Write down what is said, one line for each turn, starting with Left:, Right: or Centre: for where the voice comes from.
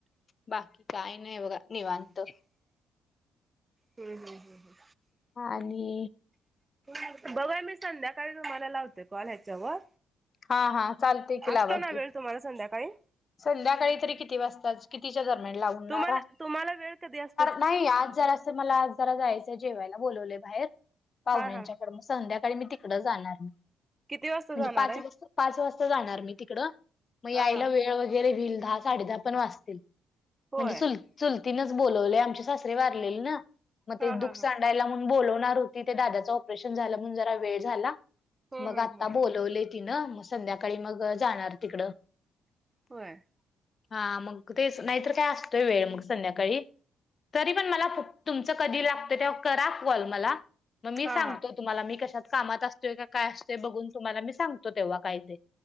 Left: बाकी काय नाही बघा, निवांत.
Right: हं, हं, हं.
Left: आणि?
Right: बघुया, मी संध्याकाळी तुम्हाला लावते कॉल ह्याच्यावर.
Left: हा, हा, चालतय की, लावा
Right: असतो ना
Left: की.
Right: वेळ तुम्हाला संध्याकाळी?
Left: संध्याकाळी तरी किती वाजता, कितीच्या दरम्यान लावणारा?
Right: तुम्हाला तुम्हाला वेळ कधी अस
Left: नाही, आज जरास मला आज जरा जायचं, जेवायला बोलवले बाहेर. पाहुण्यांच्याकडे,
Right: हा हा.
Left: मग संध्याकाळी मी तिकड जाणार,
Right: किती वाजता
Left: म्हणजे
Right: जाणार
Left: पाच
Right: आहे?
Left: वाज पाच वाजता जाणार मी तिकड, म यायला
Right: हा हा
Left: वेळ वेळ वगैरे होईल, दहा, साडे दहा पण वाजतील
Right: होय
Left: म्हणजे चूल चुलतीनेच बोलावले, आमचे सासरे वारलेले ना, मग
Right: हा
Left: ते
Right: हा
Left: दुख
Right: हा
Left: सां डायला म्हणून बोलवणार होती, ते दादाच ऑपरेशन झालं, म्हणून जरा वेळ झाला.
Right: हम्म
Left: मग,
Right: हम्म
Left: आता
Right: हम्म
Left: बोलवलय तिन, मग संध्याकाळी मग जाणार तिकडं.
Right: होय?
Left: हा, मग तेच नाहीतर काय असतोय वेळ मग संध्याकाळी. तरी पण मला तुमच कधी लागतं तेव्हा करा कॉल मला, मग मी
Right: हा
Left: सांगतो
Right: हा
Left: तुम्हाला मी कशात कामात असतोय का, काय असतोय, बघून तुम्हाला मी सांगतो तेव्हा काय ते.